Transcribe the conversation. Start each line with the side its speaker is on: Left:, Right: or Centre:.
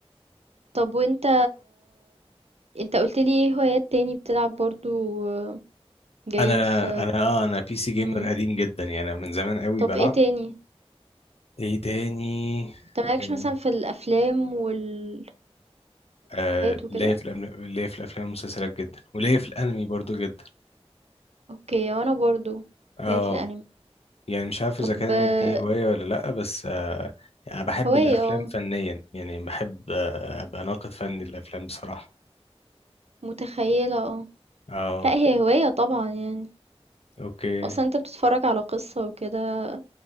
Right: طب وانت انت قلت لي ايه هوايات تاني بتلعب برضو جيمز
Left: انا انا اه انا بي سي جيمر
Right: مم.
Left: قديم جدا يعني أنا من زمان قوي
Right: طب
Left: بلعب
Right: ايه تاني
Left: ايه تاني
Right: انت مالكش
Left: آه
Right: مثلا في الافلام والمسلسلات
Left: آه،
Right: وكده
Left: ليا في الأم- ليا في الافلام والمسلسلات جدا وليا في الانمي برضو جدا
Right: اوكي وانا برضو
Left: اه
Right: لا في الانمي
Left: يعني مش عارف
Right: طب
Left: اذا كانت
Right: آه،
Left: دي هواية ولا لا بس آه، يعني انا بحب
Right: هواية
Left: الافلام
Right: اه
Left: فنيا يعني بحب آه، ابقى ناقد فني للافلام بصراحة
Right: متخيلة اه
Left: اه
Right: لا هي هواية طبعا يعني
Left: اوكي
Right: اصلا انت بتتفرج على قصة وكده